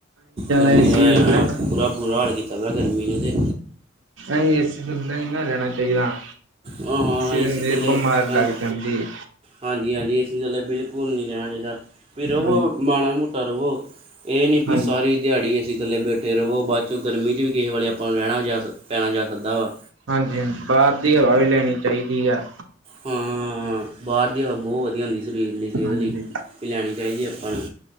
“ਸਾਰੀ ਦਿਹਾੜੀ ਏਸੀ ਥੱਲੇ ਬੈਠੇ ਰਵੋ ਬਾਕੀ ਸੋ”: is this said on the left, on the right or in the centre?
Right